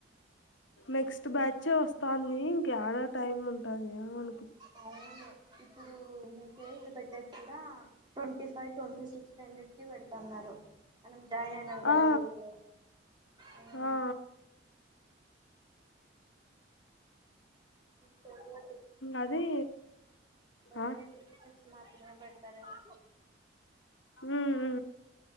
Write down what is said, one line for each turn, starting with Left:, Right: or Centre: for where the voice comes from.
Left: నెక్స్ట్ బ్యాచ్చే వస్తాంది ఇంకా యాడా టైం ఉంటాది. అవును
Right: అవును ఇప్పుడు మేర్ కేజ్లు పెట్టేసి కూడా ట్వంటీ ఫైవ్ ట్వంటీ సిక్స్ రెండిటికి పెడుతన్నారు మనం జాయిన్ అయినాం కదా
Left: ఆ
Right: గ్రూప్ లో ఊ
Left: ఆ ఆ
Right: తొండు
Left: అదే
Right: ఓన్లీ
Left: ఆ
Right: ట్వంటీ సిక్స్ మాత్రమే పెడతారేమో
Left: ఆ ఆ